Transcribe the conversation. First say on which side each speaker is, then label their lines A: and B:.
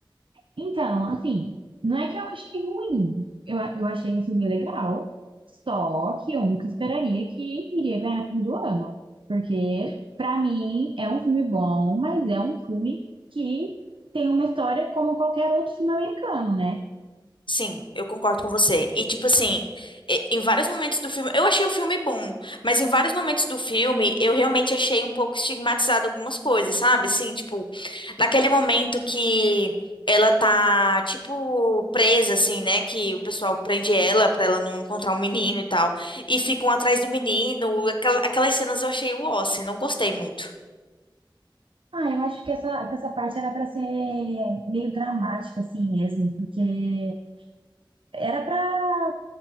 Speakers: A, on the right (about 80°); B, on the left (about 70°).
A: Então, assim, não é que eu achei ruim. Eu, a- eu achei um filme legal, só que eu nunca esperaria que iria ganhar filme do ano. Porque, pra mim, é um filme bom, mas é um filme que tem uma história como qualquer outro filme americano, né?
B: Sim, eu concordo com você. E tipo assim, e- em vários momentos do filme, eu achei o filme bom, mas em vários momentos do filme, eu realmente achei um pouco estigmatizado algumas coisas, sabe? Assim, tipo, naquele momento que ela tá tipo presa assim, né, que o pessoal prende ela pra ela não encontrar um menino e tal, e ficam atrás do menino, aquela- aquelas cenas eu achei o assim, não gostei muito.
A: Ah, eu acho que essa, que essa parte era para ser meio dramática, assim mesmo, porque era para